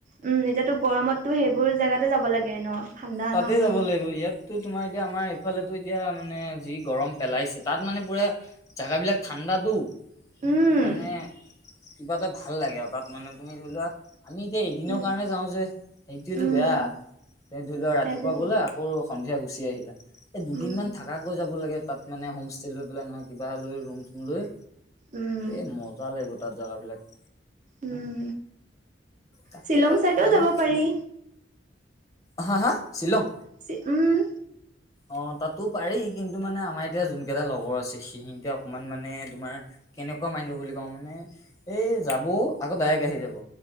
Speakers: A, on the right; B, on the left.
A: উম এতিয়াতো গৰমত তো সেইবোৰ জেগাতে যাব লাগে ন ঠাণ্ডা
B: তাতে
A: ন বহুত
B: যাব লাগিব ইয়াততো তোমাৰ এতিয়া আমাৰ ইফালেতো এতিয়া মানে যি গৰম পেলাইছে তাত মানে পুৰা জাগা বিলাক ঠাণ্ডাতো
A: উম
B: মানে কিবা এটা ভাল লাগে আৰু তাত মানে তুমি ধৰি লোৱা আমি এতিয়া এদিনৰ
A: উম
B: কাৰণে যাও যে হেইটোৱেটো
A: উম
B: বেয়া ধৰি লোৱা ৰাতিপুৱা
A: সেইটোৱেতো
B: গলা আকৌ সন্ধিয়া গুচি আহিলা এই দুদিন
A: উম
B: মান থাকাকৈ যাব লাগে তাত মানে হোম ষ্টে লৈ পেলাই নহয় কিবা লৈ ৰুম চুম লৈ
A: উম
B: এই মজা লাগিব তাত জাগাবিলাক
A: উম
B: তাকে
A: শ্বিলং চাইডেও
B: প্লেনিং
A: যাব পাৰি
B: হা হা শ্বিলং
A: চি উম
B: অ তাতো পাৰি কিন্তু মানে আমাৰ এতিয়া যোন কেইটা লগৰ আছে সিহিতে অকমান মানে তোমাৰ কেনেকুৱা মাইন্ডৰ বুলি কওঁ মানে এই যাবও আকৌ ডাইৰেক্ট আহি যাব